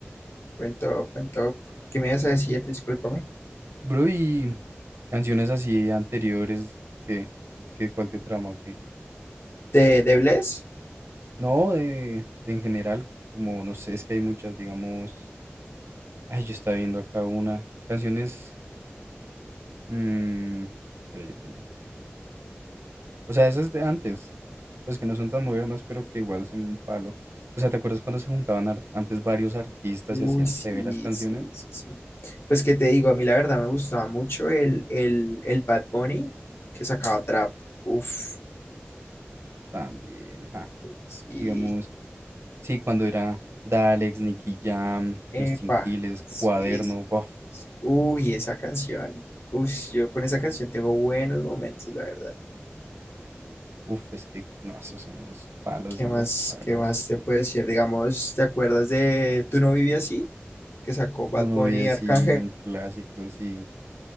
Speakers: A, on the left; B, on the right.
A: Buen top, buen top. ¿Qué me ibas a decir? Discúlpame.
B: Bro, y canciones así anteriores, ¿qué? ¿Qué cuál te trama o qué?
A: ¿De, de Bless?
B: No, de, de en general, como no sé, es que hay muchas, digamos. Ay, yo estaba viendo acá una. Canciones. mm, espera, yo tenía acá. O sea, esas de antes. Pues que no son tan modernas, pero que igual son un palo. O sea, ¿te acuerdas cuando se juntaban ar- antes varios artistas
A: Uy,
B: y hacían
A: sí,
B: severas canciones?
A: sí, sí, sí. Pues que te digo, a mí la verdad me gustaba mucho el, el, el Bad Bunny que sacaba trap. Uf,
B: También, ja.
A: sí.
B: Digamos, sí, cuando era Dalex, Nicky Jam,
A: Epa,
B: Justin Quiles, Cuaderno,
A: sí, sí.
B: Buff.
A: sí. Uy, esa canción. Uy, yo con esa canción tengo buenos momentos, la verdad.
B: Uf, es que no, esos son los palos
A: ¿Qué
B: de
A: más,
B: los palos.
A: qué más te puedo decir? Digamos, ¿te acuerdas de Tú no vivías así? Que sacó Bad
B: que uno
A: Bunny
B: veía
A: y
B: así,
A: Arcángel.
B: un clásico, sí,